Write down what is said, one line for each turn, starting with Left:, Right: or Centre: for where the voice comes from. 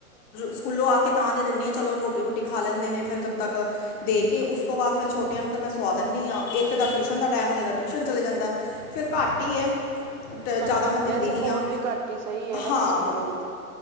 Left: ਸਕੂਲੋਂ ਆ ਕੇ ਤਾਂ ਦੇ ਦਿੰਦੀ ਹਾਂ ਚਲੋ ਰੋਟੀ ਰੂਟੀ ਖਾ ਲੈਂਦੇ ਨੇ ਫਿਰ ਜਦ ਤੱਕ ਦੇ ਕੇ ਉਸ ਤੋਂ ਬਾਅਦ ਫਿਰ ਛੋਟੇਆਂ ਨੂੰ ਮੈਂ ਸਵਾ ਦਿੰਦੀ ਹਾਂ ਇੱਕ ਦਾ ਟਿਊਸ਼ਨ ਟਿਊਸ਼ਨ ਦਾ ਟਾਈਮ ਹੋ ਜਾਂਦਾ ਟਿਊਸ਼ਨ ਚਲੇ ਜਾਂਦਾ ਫਿਰ ਘੱਟ ਹੀ ਹੈ। ਤੇ ਜ਼ਿਆਦਾ
Right: ਚਲੋ ਵੈਸੇ
Left: ਮੈਂ ਦਿੰਦੀ ਨਹੀਂ
Right: ਫੋਨ
Left: ਆ
Right: ਵੀ ਘੱਟ ਹੀ ਸਹੀ ਹੈ ਨਾ
Left: ਹਾਂ।
Right: ਤੁਸੀਂ ਨੀ ਦਿੰਦੇ